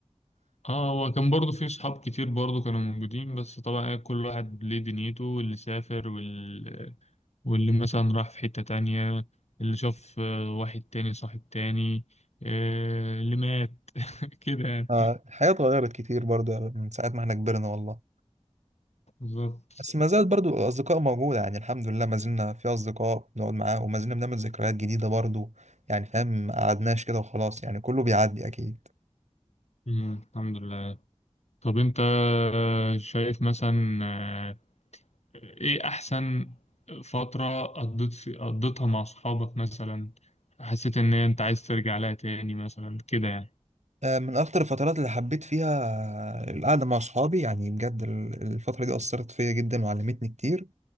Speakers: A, on the left; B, on the right.
A: اه هو كان برضه في صحاب كتير برضه كانوا موجودين بس طبعا إيه، كل واحد ليه دنيته واللي سافر وال... واللي مثلا راح في حتة تانية اللي شاف آه، واحد تاني صاحب تاني آه، اللي مات <laughs> كده يعني
B: آه الحياة اتغيرت كتير برضو يعني من ساعة ما احنا كبرنا والله
A: بالظبط
B: بس ما زالت برضو الأصدقاء موجودة يعني الحمد لله ما زلنا في أصدقاء بنقعد معاهم وما زلنا بنعمل ذكريات جديدة برضو يعني فاهم ما قعدناش كده وخلاص يعني كله بيعدي أكيد
A: مم، الحمد لله طب انت آه، شايف مثلا آه، ايه احسن فترة قضيت في... قضيتها مع صحابك مثلا حسيت ان انت عايز ترجع لها تاني مثلا كده يعني
B: آه من أكتر الفترات اللي حبيت فيها القعدة مع أصحابي يعني بجد ال- الفترة دي أثرت فيا جدا وعلمتني كتير